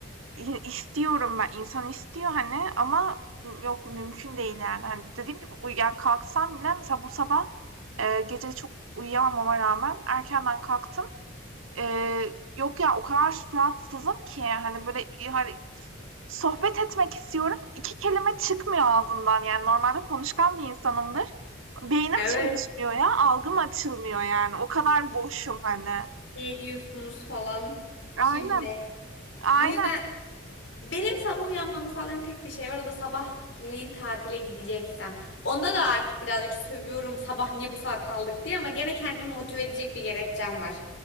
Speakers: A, on the right; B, on the left.
A: İ istiyorum ben, insan istiyor hani ama yok mümkün değil yani. Hani dediğim gibi uy yani kalksam bile mesela bu sabah, eee, gece çok uyuyamamama rağmen erkenden kalktım. Eee, yok ya o kadar suratsızım ki hani böyle, hani sohbet etmek istiyorum, 2 kelime çıkmıyor ağzımdan yani normalde konuşkan bir insanımdır. Beynim
B: Evet.
A: çalışmıyor ya, algım açılmıyor yani o kadar boşum hani.
B: Ne diyorsunuz falan.
A: Aynen,
B: Kim ne?
A: aynen.
B: Bu yüzden benim sabah uyanmamı sağlayan tek bir şey var. O da sabahleyin tatile gideceksem. Onda da artık birazcık sövüyorum sabah niye bu saat aldık diye ama gene kendimi motive edecek bir gerekçem var.